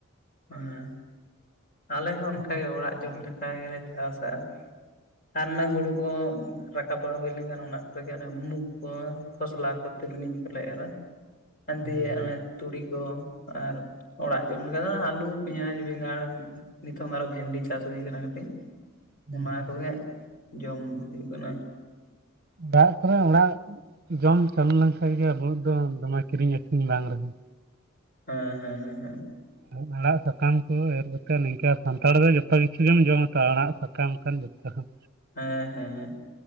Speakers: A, on the left; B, on the right.
A: ᱦᱮᱸ ᱟᱞᱮ ᱦᱚᱸ
B: ᱦᱳᱭ
A: ᱚᱱᱠᱟᱜᱮ ᱚᱲᱟᱜ ᱡᱚᱢ ᱞᱮᱠᱟ ᱜᱮᱞᱮ ᱪᱟᱥᱟ ᱾ ᱟᱨ ᱚᱱᱮ ᱦᱩᱲᱩ ᱠᱚ ᱨᱟᱠᱟᱵ ᱵᱟᱲᱟ ᱦᱩᱭ ᱞᱮᱱᱠᱷᱟᱱ ᱚᱱᱟ ᱠᱚᱨᱮᱜᱮ ᱚᱱᱮ ᱢᱩᱜᱽ ᱠᱚ ᱠᱷᱚᱥᱞᱟ ᱠᱚ ᱱᱚᱱᱛᱮ ᱫᱚ ᱱᱤᱝᱠᱟᱹᱞᱮ ᱮᱟ ᱟᱨ ᱫᱤᱭᱮ
B: ᱦᱳᱭ ᱦᱳᱭ
A: ᱚᱱᱮ ᱛᱩᱲᱤ ᱠᱚ ᱟᱨ ᱚᱲᱟᱜ ᱡᱚᱢ ᱞᱮᱠᱟ ᱫᱚ ᱟᱹᱞᱩ ᱟᱹᱞᱩ ᱯᱮᱸᱭᱟᱡᱽ ᱵᱮᱸᱜᱟᱲ ᱱᱤᱛᱚᱝ ᱟᱨᱚ ᱵᱷᱮᱱᱰᱤ ᱪᱟᱥ ᱦᱩᱭ ᱠᱟᱱᱟ ᱠᱟᱹᱴᱤᱡᱼᱼ
B: ᱦᱳᱭ
A: ᱚᱱᱟ ᱠᱚᱜᱮ ᱡᱚᱢ ᱦᱩᱭᱩᱜ ᱠᱟᱱᱟ᱾
B: ᱚᱲᱟᱜ ᱠᱚᱨᱮ ᱚᱲᱟᱜ ᱡᱚᱢ ᱪᱟᱹᱞᱩ ᱞᱮᱱᱠᱷᱟᱡ ᱜᱮ ᱟᱵᱩ ᱫᱚ ᱫᱚᱢᱮ ᱠᱤᱨᱤᱧ ᱟᱹᱠᱷᱨᱤᱧ ᱵᱟᱝ ᱨᱮᱦᱚᱸᱼᱼ
A: ᱦᱮᱸ ᱦᱮᱸ ᱦᱮᱸ
B: ᱦᱩᱸ ᱟᱲᱟᱜ ᱥᱟᱠᱟᱢ ᱠᱚ ᱮᱨ ᱠᱟᱛᱮᱜ ᱱᱤᱝᱠᱟ ᱥᱟᱱᱛᱟᱲ ᱫᱚ ᱡᱚᱛᱚ ᱠᱤᱪᱷᱩ ᱜᱮᱢ ᱡᱚᱢᱟ ᱛᱚ ᱟᱲᱟᱜ ᱥᱟᱠᱟᱢ ᱠᱟᱱ ᱡᱚᱛᱚ ᱦᱚᱸᱼᱼ
A: ᱦᱮᱸ ᱦᱮᱸ ᱦᱮᱸ